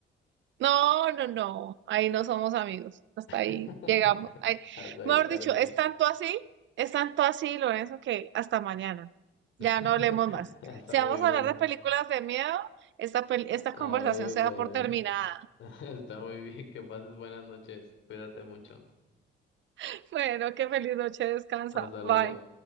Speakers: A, on the right; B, on the left.
A: No, no, no, ahí no somos amigos, hasta ahí
B: <laughs>
A: llegamos. Ahí-
B: Hasta ahí
A: Mejor
B: termina.
A: dicho, es tanto así, es tanto así, Lorenzo, que hasta mañana. Ya
B: <laughs>
A: no hablemos más.
B: Está
A: Si vamos
B: muy bien.
A: a hablar de películas de miedo, esta, pel-
B: Ay,
A: esta conversación se
B: bueno.
A: da por terminada.
B: <laughs> Está muy bien. Que pases buenas noches. Cuídate mucho.
A: <laughs> Bueno, qué feliz noche, descansa.
B: Hasta luego.
A: Bye.